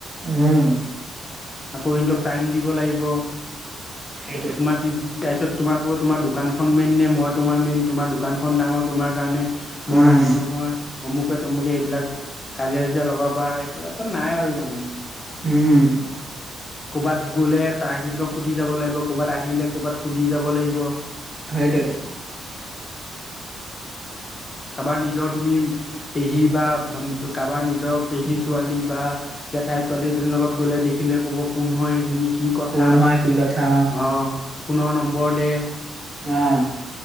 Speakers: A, on the right; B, on the left.
A: উম
B: আকৌ সিন্দক টাইম দিব লাগিব।
A: সেইটো
B: তোমাৰ পছ তাৰপিছত তোমাকো তোমাৰ দোকানখন মেইন নে মই তোমাৰ মেইন তোমাৰ দোকানখন ডাঙৰ তোমাৰ কাৰণে মই
A: উম,
B: ডাঙৰ নহয় অমুকে-তমুকে এইবিলাক কাজিয় কাজিয়া লগাব এইবিলাকত নাই আৰু মানে।
A: উম
B: ক'ৰবাত গ'লে তাৰ সি সুধি যাব লাগিব কৰ'বাত আহিলে কৰ'ৰবাত সুধি যাব লাগিব
A: সেইটোৱেইটো।
B: কাবাৰ নিজৰ তুমি পেহী বা ভন্ কাবাৰ নিজৰ পেহী ছোৱালী বা জেঠাইৰ ছোৱালী এজনীৰ লগত গ'লে দেখিলে ক'ব কোন হয় সেইজনী কি কথা
A: কোন হয় কি কথা
B: অহ ফোনৰ নম্বৰ দে
A: আহ